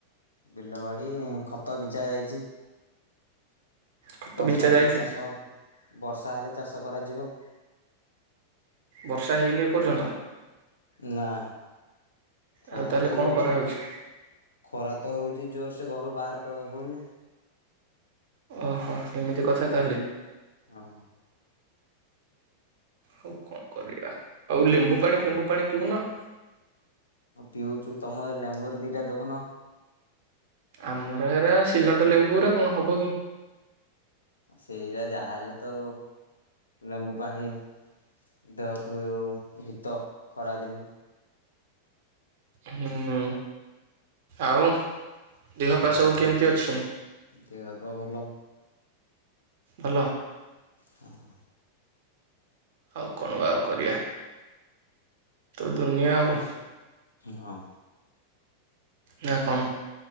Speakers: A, on the left; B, on the right.
A: ବିଲ ବାଡି ଖତ ବିଞ୍ଚା ଯାଇଚି।
B: ଖତ
A: ବର୍ଷା
B: ବିଞ୍ଚା ଯାଇଛି
A: ହେଲେ ଚାଷ ହବ, ବର୍ଷା ହେଲେ ଚାଷ କରାଯିବ।
B: ବର୍ଷା ହେଇନି ଏ ପର୍ଯ୍ୟନ୍ତ?
A: ନା, ଖରା
B: ଆଉ ତାହେଲେ
A: ତ
B: କଣ
A: ହଉଛି।
B: କରାହଉଛି
A: ଖରା ତ ହୋଉଛି ଜୋରସେ ଘରୁ ବାହାର କ ହଉନି।
B: ଓହୋ, ଏମିତି କଥା ତାଲେ।
A: ହଁ।
B: ଆଉ କଣ କରିବା, ଆଉ ଲେମ୍ବୁ ପାଣି ଫେମ୍ବୁ ପାଣି ପିଉନ।
A: ପିଉଚୁ, ତମ ଲେମ୍ବୁରୁ ଦୁଇଟା ଦୋଉନ।
B: ଆମର, ହେରା ସିଲଟ ଲେମ୍ବୁରା କଣ ହବ କି।
A: ସେଇରା ଯାହାହେଲେ ତ ଲେମ୍ବୁ ପାଣି ଦେହକୁ ହିତ ଖରାଦିନେ।
B: ହୁଁ, ଆଉ ଦେହପା ସବୁ କେମିତି ଅଛି?
A: ଦେହ ପା ଭଲ।
B: ଭଲ।
A: ହଁ।
B: ଆଉ କଣ ବା ଆଉ କରିବା। ତୋ ଦୁନିଆ ଆଉ।
A: ହଁ।
B: ନା କଣ?